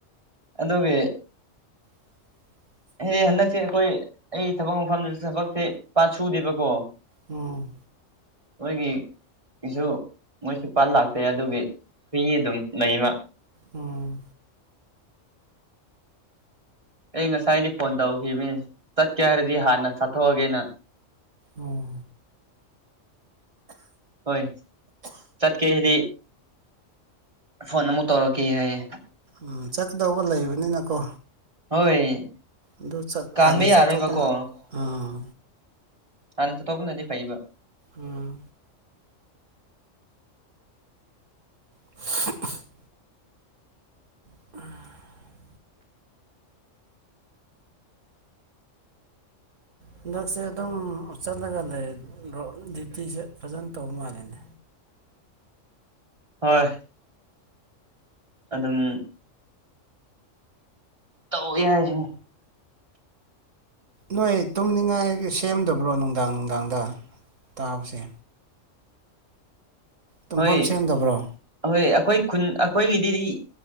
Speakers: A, on the right (about 25°); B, on the right (about 70°).
A: ꯑꯗꯨꯒꯤ
B: <inaudible>
A: ꯑꯩꯗꯤ ꯍꯟꯗꯛꯁꯦ ꯑꯩꯈꯣꯏ ꯑꯩ ꯊꯕꯛ ꯃꯐꯝꯗꯁꯨ ꯊꯕꯛꯁꯦ ꯄꯥꯛ ꯁꯨꯗꯦꯕꯀꯣ
B: ꯎꯝ
A: ꯃꯣꯏꯒꯤꯁꯤꯁꯨ ꯃꯣꯏꯁꯨ ꯄꯥꯥꯛ ꯂꯥꯛꯇꯦ ꯑꯗꯨꯒꯤ <unintelligible> ꯑꯗꯨꯝ ꯅꯩ ꯃꯥ
B: ꯎꯝ
A: ꯑꯩ ꯉꯁꯥꯏꯗꯤ ꯐꯣꯟ ꯇꯧꯈꯤꯕꯅꯦ ꯆꯠꯀꯦ ꯍꯥꯏꯔꯗꯤ ꯍꯥꯟꯅ ꯆꯠꯊꯣꯛꯑꯥꯒꯦꯅ
B: ꯑꯣ
A: ꯍꯣꯏ ꯆꯠꯀꯦ ꯍꯥꯏꯗꯤ ꯐꯣꯟ ꯑꯃꯨꯛ ꯇꯧꯔꯛꯀꯦ ꯍꯥꯏꯌꯦ
B: ꯎꯝ ꯆꯠꯀꯗꯧꯕ ꯂꯩꯕꯅꯤꯅꯀꯣ
A: ꯍꯣꯏ
B: ꯑꯗꯨ ꯆꯠ
A: ꯀꯥꯟꯕ
B: ꯍꯥꯟꯅ
A: ꯌꯥꯔꯣꯏꯕꯀꯣ
B: ꯆꯠꯊꯣꯛꯄꯅ ꯑꯥ
A: ꯍꯥꯟꯅ ꯆꯠꯊꯣꯛꯄꯅꯗꯤ‌ ꯐꯩꯌꯦꯕ
B: ꯎꯝ <unintelligible> ꯑꯥ ꯍꯟꯗꯛꯁꯦ ꯑꯗꯨꯝ ꯆꯠꯂꯒ ꯂꯩꯔꯔꯣ ꯗ꯭ꯌꯨꯇꯤꯁꯦ ꯐꯖꯅ ꯇꯧꯕ ꯃꯥꯜꯂꯦꯅꯦ
A: ꯍꯣꯏ ꯑꯗꯨꯝ ꯇꯧꯏꯋꯦ ꯍꯥꯏꯔꯤꯁꯤꯅꯤ
B: ꯅꯣꯏ ꯇꯨꯝꯅꯤꯡꯉꯥꯏꯒꯤ ꯁꯦꯝꯗꯕ꯭ꯔꯣ ꯅꯨꯡꯗꯥꯡ ꯅꯨꯡꯗꯥꯡꯗ ꯇꯥꯕꯁꯦ ꯇꯨꯝꯐꯝ
A: ꯍꯣꯏ
B: ꯁꯦꯝꯗꯕ꯭ꯔꯣ
A: ꯍꯣꯏ ꯑꯩꯈꯣꯏ ꯈꯨꯟ ꯑꯩꯈꯣꯏꯒꯤꯗꯤꯗꯤ